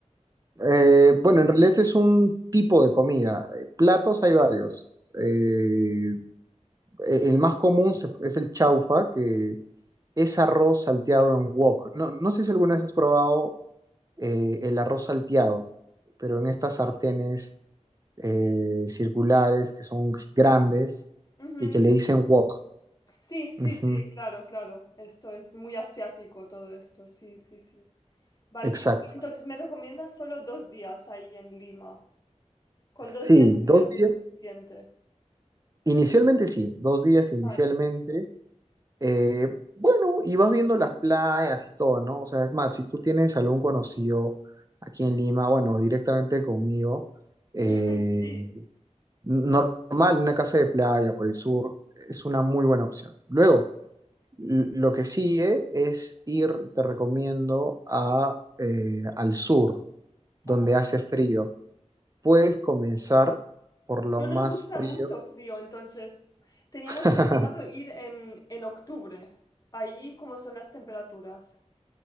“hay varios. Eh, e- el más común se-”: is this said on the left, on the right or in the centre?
Right